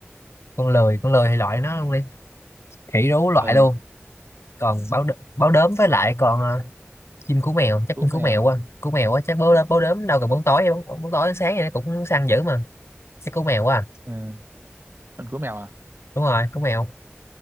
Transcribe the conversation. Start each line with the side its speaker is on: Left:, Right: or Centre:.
Left: con lười con lười thì loại nó luôn đi khỉ rú loại
Right: ừ
Left: luôn còn báo đ... báo đốm với lại còn ờ, chim cú mèo chắc
Right: cú
Left: chim cú
Right: mèo
Left: mèo quá cú mèo quá chắc báo đốm, báo đốm đâu cần bóng tối bóng, bóng tối sáng vậy nó cũng săn dữ mà chắc cú mèo quá à.
Right: ừ. con cú mèo à
Left: đúng rồi cú mèo